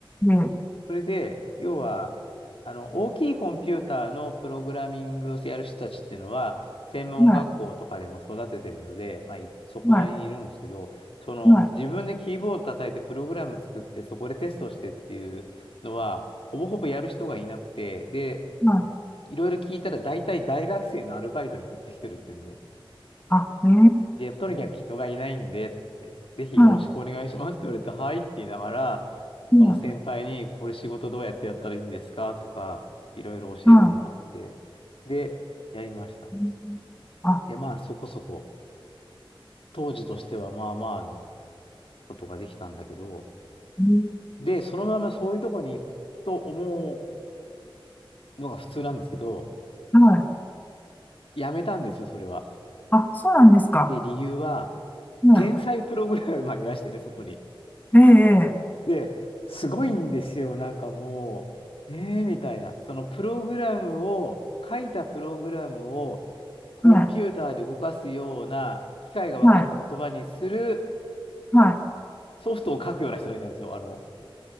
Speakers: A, on the left; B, on the left.
A: ええ、
B: それで、要は、あの、大きいコンピューターのプログラミングやる人たちっていうのは、専門学校とかでも育ててるので、
A: は
B: まあ、いそこなりにいるんですけど、
A: い。はい。
B: その、
A: はい。
B: 自分でキーボード叩いてプログラム作って、そこでテストしてっていうのは、ほぼほぼやる人がいなくて、で、
A: はい。
B: いろいろ聞いたら大体大学生のアルバイトに振ってきてるっていうんね。
A: あ、ええ、
B: で、とにかく人がいないんで、ってぜひよろしくお願いしますって言われて、
A: はい。
B: はいって言いながら、
A: うん、
B: その先輩に、これ仕事どうやってやったらいいんですかとか、いろいろ教えてもらって、
A: は
B: で、やりました。
A: い。うんあ、
B: で、まあそこそこ、当時としてはまあまあなことができたんだけど、
A: うん
B: で、そのままそういうとこに行くと思うのが普通なんですけど、
A: はい。
B: やめたんですよ、それは。
A: あ、そうなんですか。
B: で、理由は、
A: は
B: 天才プログラマーいらしてね、そこに。
A: い。ええ、ええ
B: で、すごいんですよ。なんかもう、えーみたいな。そのプログラムを、書いたプログラムをコンピューターで動かすような機械がわかる言葉にする
A: はい、はい、はい、はい。
B: ソフトを書くような人がいたんですよ。あの、